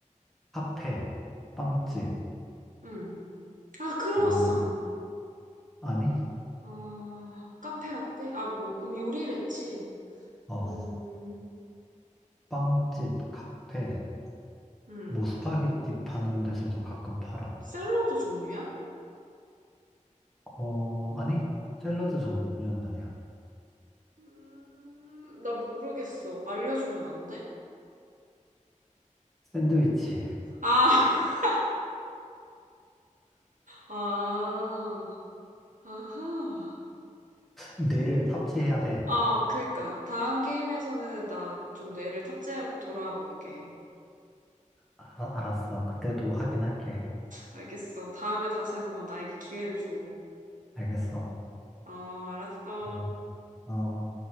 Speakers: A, in the centre; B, on the right (about 80°).
A: 카페, 빵집,
B: 응. 아, 크로와상.
A: 뭐, 아니?
B: 아, 카페라떼? 아, 뭐, 음, 요리를 했지.
A: 어,
B: 음,
A: 빵집, 카페,
B: 음.
A: 뭐, 스파게티 파는 데서도 가끔 팔아.
B: 샐러드 종류야?
A: 어, 아니? 샐러드 종류는 아니야.
B: 음, 나 모르겠어. 알려주면 안 돼?
A: 샌드위치.
B: 아, <laughs> 아, 아하.
A: 뇌를 탑재해야 돼.
B: 아, 그니까. 다음 게임에서는 나 좀 뇌를 탑재하고 돌아와 볼게.
A: 아, 알았어. 그때도 하긴 할게.
B: 알겠어. 다음에 다시 한번 나에게 기회를 줘.
A: 알겠어.
B: 어, 알았어.
A: 어, 어.